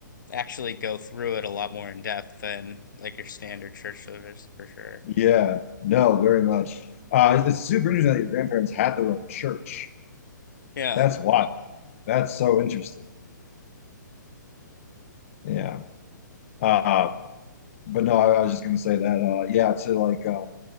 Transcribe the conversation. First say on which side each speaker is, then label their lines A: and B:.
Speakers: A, on the left; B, on the left.
A: actually go through it a lot more in depth than like your standard church service for sure.
B: Yeah, no, very much. Uh, it's it's super interesting that your grandparents had their own church.
A: Yeah.
B: That's wild. That's so interesting. Yeah. Uh, but no, I, I was just gonna say that. Uh, yeah, to like um,